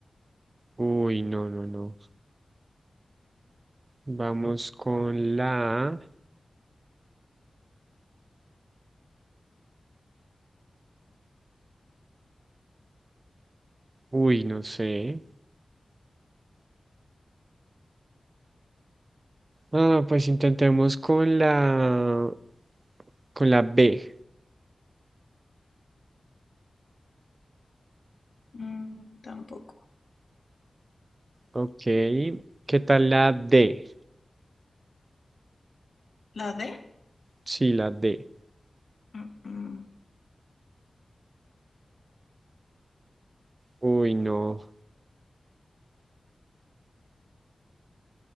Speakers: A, on the right; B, on the left.
A: Uy, no, no, no. Vamos con la... Uy, no sé. Ah, pues intentemos con la, con la B.
B: Mm, tampoco.
A: Ok, ¿qué tal la D?
B: ¿La D?
A: Sí, la D.
B: Mm, mm.
A: Uy, no.